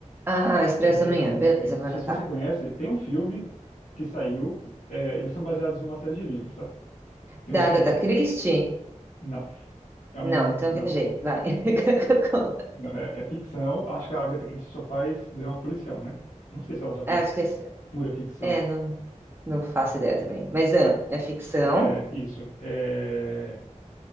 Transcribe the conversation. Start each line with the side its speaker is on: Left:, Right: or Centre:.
Right: Ah, Expresso
Left: É,
Right: da Manhã. Beleza,
Left: não
Right: vou
Left: sei
Right: anotar.
Left: se você conhece, tem um filme que saiu, é, eles são baseados numa série de livros, tá? Tem
Right: Da
Left: um filme,
Right: Agatha Christie?
Left: não, é um,
Right: Não, então
Left: não,
Right: viajei, vai. <laughs> Conta.
Left: não, é, é ficção, acho que a Agatha Christie só faz drama policial, né? Não sei se ela já fez
Right: É, Acho que é,
Left: pura ficção.
Right: é, não, não faço ideia também. Mas ah, é ficção.
Left: É, isso. É,